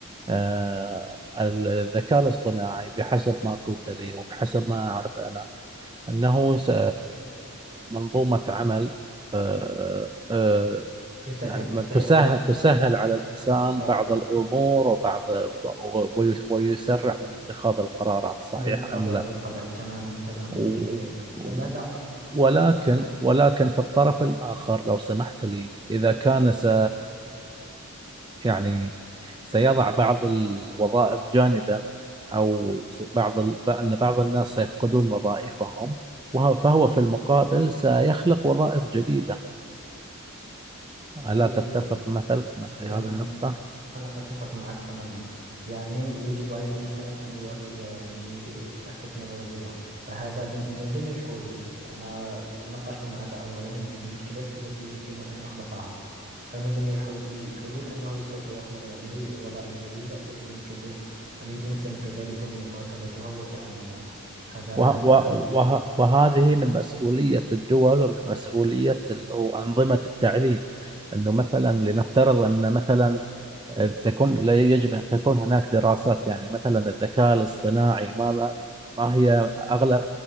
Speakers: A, on the right; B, on the right.
A: آه، الذكاء الاصطناعي بحسب ما قلت لي وبحسب ما أعرف أنا أنه س- منظومة عمل آه، آه،
B: يسهل
A: مع-
B: يسهل
A: تسهل
B: الأمور
A: تسهل على الإنسان
B: بالطبع
A: بعض الأمور وبعض وي- ويسرع من اتخاذ القرارات صحيحة
B: بالطبع
A: أم لا
B: بالطبع تماما تماما
A: و-
B: هي كذلك
A: و-
B: فماذا
A: ولكن
B: سمح
A: ولكن في الطرف الآخر لو سمحت لي إذا كان س- يعني سيضع بعض الوظائف جانبا أو س- بعض ال... أن بعض الناس سيفقدون وظائفهم وهو فهو في المقابل سيخلق وظائف جديدة ألا
B: بالفعل
A: تتفق مثل مثل
B: تماما
A: هذه النقطة
B: أنا أتفق معك تماما يعني يجب على الإنسان أن يواكب يعني التكنولوجيا فهذا من من ضمن الحلول أنا ناقشت معك أولا يعني المشكلات التي يمكن أن يخلقها فمن ضمن الحل- الحلول أنه سوف يخلق يعني وظائف جديدة التي يمكن للإنسان كذلك مواكبتها وتعلمها هذا
A: وه...
B: هذا
A: وه...
B: هذا
A: وه... وهذه من مسؤولية الدول ومن مسؤولية ال... أو أنظمة التعليم أنه مثلا لنفترض أن مثلا تكون لا يجب أن تكون هناك دراسات يعني مثلا الذكاء الاصطناعي ماذا ما هي أغلب